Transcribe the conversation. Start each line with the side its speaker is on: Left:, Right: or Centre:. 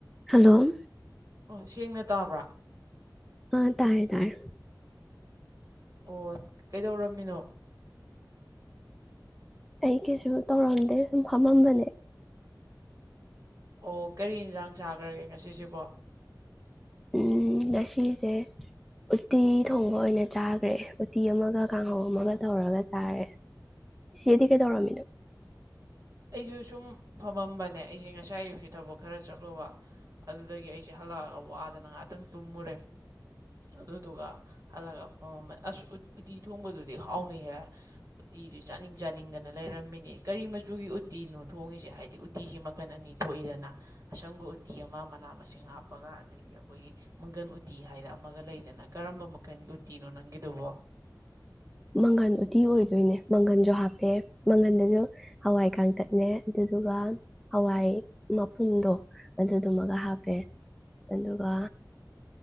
Centre: hello
Right: ꯑꯣ ꯁꯦꯡꯅ ꯞ ꯇꯥꯕ꯭ꯔ
Centre: ꯑꯥ ꯇꯥꯔꯦ ꯇꯥꯔꯦ
Right: ꯑꯣ ꯀꯩꯗꯧꯔꯝꯃꯤꯅꯣ
Centre: ꯑꯩ ꯀꯩꯁꯨ ꯇꯧꯔꯝꯗꯦ ꯁꯨꯝ ꯐꯝꯃꯝꯕꯅꯦ
Right: ꯑꯣ ꯀꯔꯤ ꯌꯦꯟꯁꯥꯡ ꯆꯥꯈ꯭ꯔꯒꯦ ꯉꯁꯤꯁꯤꯕꯣ
Centre: ꯎꯝ ꯉꯁꯤꯁꯦ ꯎꯠꯇꯤ ꯊꯣꯡꯕ ꯑꯣꯏꯅ ꯆꯥꯈ꯭ꯔꯦ ꯎꯇꯤ ꯑꯃꯒ ꯀꯥꯡꯍꯧ ꯑꯃꯒ ꯇꯧꯔꯒ ꯆꯥꯔꯦ ꯁꯤꯦꯗꯤ ꯀꯩꯗꯧꯔꯝꯃꯤꯅꯣ
Right: ꯑꯩꯁꯨ ꯁꯨꯝ ꯐꯝꯃꯝꯕꯅꯦ ꯑꯩꯁꯦ ꯉꯁꯥꯏ ꯍꯥꯏꯁꯦ ꯊꯕꯛ ꯈꯔ ꯆꯠꯂꯨꯕ ꯑꯗꯨꯗꯒꯤ ꯑꯩꯁꯦ ꯍꯜꯂꯛꯑꯒ ꯋꯥꯗꯅ ꯉꯥꯛꯇꯪ ꯇꯨꯝꯃꯨꯔꯦ ꯑꯗꯨꯗꯨꯒ ꯍꯜꯂꯒ ꯐꯝꯃꯝꯕꯅꯤ ꯑꯁ ꯎꯇꯤ ꯊꯣꯡꯕꯗꯨꯗꯤ ꯍꯥꯎꯅꯍꯦ ꯎꯇꯤꯗꯨ ꯆꯥꯅꯤꯡ ꯆꯥꯅꯤꯡꯗꯅ ꯂꯩꯔꯝꯃꯤꯅꯤ ꯀꯔꯤ ꯃꯆꯨꯒꯤ ꯎꯇꯤꯅꯣ ꯊꯣꯡꯉꯤꯁꯦ ꯍꯥꯏꯗꯤ ꯎꯇꯤꯁꯤ ꯃꯈꯜ ꯑꯅꯤ ꯊꯣꯛꯏꯗꯅ ꯑꯁꯪꯕ ꯎꯇꯤ ꯑꯃ ꯃꯅꯥ ꯃꯁꯤꯡ ꯍꯥꯞꯄꯒ ꯑꯗꯒꯤ ꯑꯩꯈꯣꯏꯒꯤ ꯃꯪꯒꯟ ꯎꯇꯤ ꯍꯥꯏꯗꯅ ꯑꯃꯒ ꯂꯩꯗꯅ ꯀꯔꯝꯕ ꯃꯈꯜꯒꯤ ꯎꯇꯤꯅꯣ ꯅꯪꯒꯤꯗꯨꯕꯣ
Centre: ꯃꯪꯒꯟ ꯎꯇꯤ ꯑꯣꯏꯗꯣꯏꯅꯦ ꯃꯪꯒꯟꯁꯨ ꯍꯥꯞꯄꯦ ꯃꯪꯒꯟꯗꯁꯨ ꯍꯋꯥꯏ ꯀꯥꯡꯇꯛꯅꯦ ꯑꯗꯨꯗꯨꯒ ꯍꯋꯥꯏ ꯃꯄꯨꯝꯗꯣ ꯑꯗꯨꯗꯨꯃꯒ ꯍꯥꯞꯄꯦ ꯑꯗꯨꯒ